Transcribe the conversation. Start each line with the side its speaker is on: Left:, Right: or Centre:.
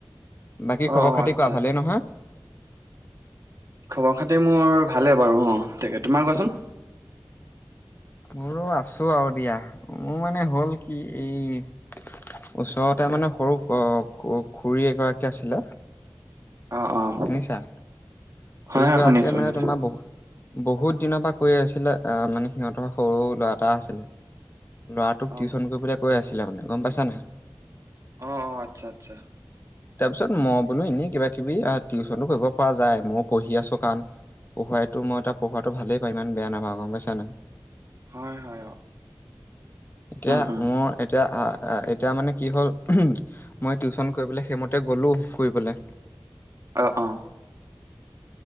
Left: বাকী
Right: অ
Left: খবৰ
Right: অ
Left: খাতি
Right: আচ্ছা
Left: কোৱা ভালেই
Right: আচ্ছা
Left: নহয়।
Right: খবৰ খাতি মোৰ ভালে বাৰু অ', তাকে তোমাৰ কোৱাচোন।
Left: মোৰো আছো আৰু দিয়া, মোৰ মানে হ'ল কি এই ওচৰতে মানে সৰু গ খুৰী এগৰাকী আছিলে।
Right: অ', অ'।
Left: খুৰী
Right: হয় হয়
Left: গৰাকীয়ে
Right: শুনি আছো শুনি
Left: মানে
Right: আছো
Left: তোমাৰ বহুত বহুত দিনৰ পৰা কৈ আছিলে আহ মানে সিহঁতৰ সৰু ল'ৰা এটা আছিলে। ল'ৰাটোক
Right: অ
Left: টিউশ্যন কৰিবলৈ গৈ আছিলে মানে গ'ম পাইছা ন।
Right: অ', অ', আচ্ছা আচ্ছা।
Left: তাৰ পিছত মই বোলো এনেই কিবা, কিবি টিউচনো কৰিব পৰা যায় মইও পঢ়ি আছো কাৰণ পঢ়াইো মই ত পঢ়োৱাটো ভালেই পাওঁ ইমান বেয়া নাপাওঁ গ'ম পজছা নে।
Right: হয় হয় অ'।
Left: এতিয়া
Right: উম উম
Left: মোৰ এতিয়া অ', এতিয়া মানে কি হ'ল মই টিউচন কৰিবলৈ হেমতে গলো ফুৰি পেলাই।
Right: অ', অ'।